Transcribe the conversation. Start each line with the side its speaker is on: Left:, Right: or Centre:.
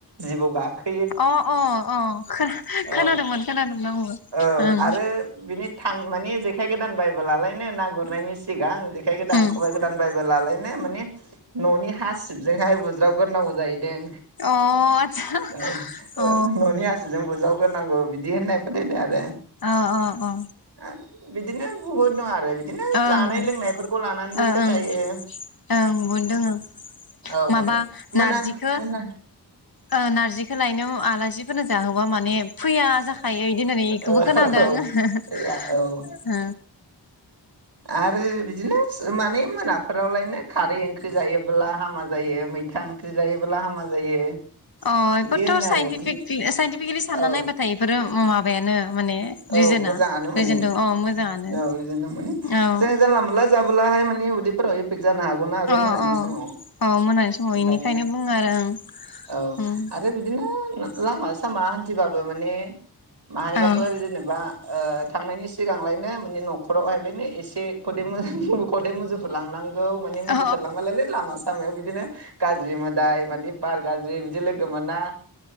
Right: जिबौ गाखो
Left: अ अ औ खोना
Right: औ
Left: खोनादोंमोन खोनादों अ उह
Right: औ
Left: ओं
Right: आरो बिनि थां माने जेखाय गोदान बायबोलालायनो ना गुरनायनि सिगां जेखाय गोदान
Left: उम
Right: खबाइ गोदान बायबोलालायनो माने न नि हासिबजोंहाय बुज्रावगोरनांगौ जाहैदों।
Left: अ आतसा
Right: औ उह
Left: अ
Right: न'नि हासिबजों बुज्राव गोर नांगौ बिदि होननाय फोथायदो आरो
Left: अ अ अ अ
Right: आरो बिदिनो बुहुद दं आरो बिदिनो
Left: ओं
Right: जानाय लोंनायफोरखौ
Left: ओ
Right: लानानैबो
Left: ओं
Right: फोथायो
Left: ओं बुन दोंङो
Right: औ माने
Left: माबा
Right: मोना
Left: नारजिखो
Right: मोना
Left: ओ नारजि होलायनो आलासिफोरनो जाहोबा माने फैया जा हायो इदि होननानै इखौबो
Right: औ
Left: खोनादों <unintelligible>
Right: गैया औ
Left: उह
Right: आरो बिदिनो सो माने मोनाफोरावलायनो खारै ओंख्रि जायोबोब्ला हामा जायो मैथा ओंख्रि जायोब्ला हामा जायो।
Left: अ
Right: बिदि
Left: एफोरथ
Right: होनो
Left: साइनटिफिकिल
Right: आरो माने
Left: साइनटिफिकेलि सानना
Right: औ
Left: नायबाथाय एफोरो अ माबायानो माने रिजोना
Right: औ मोजाङानो माने
Left: रिजोन दं अ मोजाङानो
Right: औ रिजोन दं माने
Left: औ
Right: जों जानला मोनला जाब बुलाहाय माने उदैफोराव एफेक्ट जानो हागौना आरो
Left: अ
Right: मोनानि
Left: अ
Right: समाव
Left: अ मोनानि समाव
Right: एखायनो
Left: बेनिखायनो बुङो आरो
Right: औ
Left: ओं
Right: आरो बिदिनो लामा सामा हान्थिबाबो माने माहायबाफोर
Left: ओं
Right: इदि उह थांनायनि सिगांलायनो माने नखरावहायलायनो एसे खदै मो खदै मुजुहो लांनां औ माने मुजुफोरलांबालायनो
Left: औ अ
Right: लामा सामायाव बिदिनो गाज्रि मोदाय मानि बार गाज्रि बिदि लोगो मोना